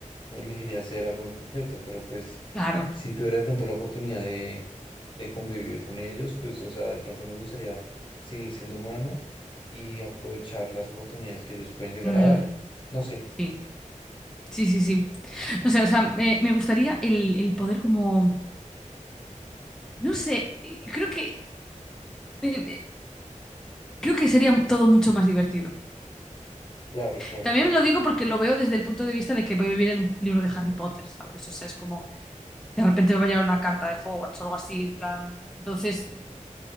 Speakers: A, on the left (about 40°); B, in the centre.
A: elegiría hacer algo en concreto, pero pues
B: claro,
A: si tuviera de pronto la oportunidad de, de convivir con ellos, pues o sea, de pronto me gustaría seguir siendo humano y aprovechar las oportunidades que ellos pueden llegar
B: mm,
A: a dar. No sé,
B: sí, sí, sí, sí. No sé, o sea, me, me gustaría el, el poder como, no sé, eh, creo que... eh, Creo que sería todo mucho más divertido.
A: claro, claro.
B: También lo digo porque lo veo desde el punto de vista de que voy a vivir en un libro de Harry Potter, ¿sabes? O sea, es como de repente me va a llegar una carta de Hogwarts o algo así, en plan. Entonces,